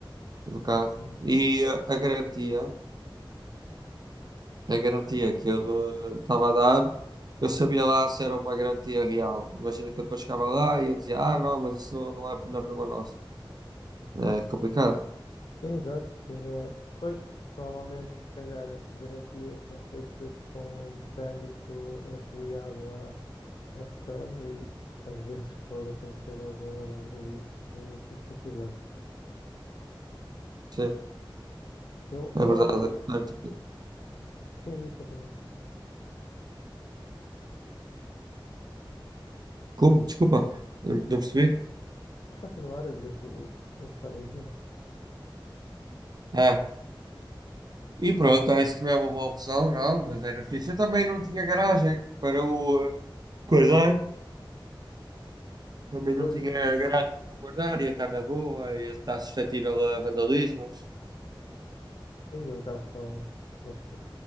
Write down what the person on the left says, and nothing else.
Sim,
sim, exato. Tinha... Pois, porque normalmente, se calhar, essas garantias são feitas com um mecânico afiliado à, ao stand e às vezes pode acontecer algumas aldrabices que é preciso ter cuidado.
Eu, eu
acho.
Sim, diz, continua.
Podes continuar a dizer o, o, o que estavas a dizer.
Pois,
sim, é um carro tão, tão ch-